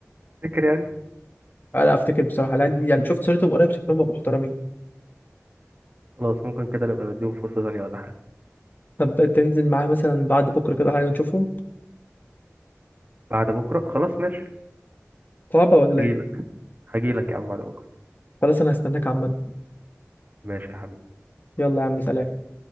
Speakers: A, on the right; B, on the left.
A: فاكر يعني
B: أنا أفتكر بصراحة العيال دي يعني شفت صورتهم قريب شكلهم بقوا محترمين
A: خلاص ممكن كده نبقى نديهم فرصة ثانية ولا حاجة
B: طب تنزل معايا مثلا بعد بكرة كده حاجة نشوفهم
A: بعد بكرة خلاص ماشي
B: صعبة ولا
A: هجيلك
B: إيه
A: هجيلك يا عم بعد بكرة
B: خلاص أنا هستناك عامة
A: ماشي يا حبيبي
B: يلا يا عم سلام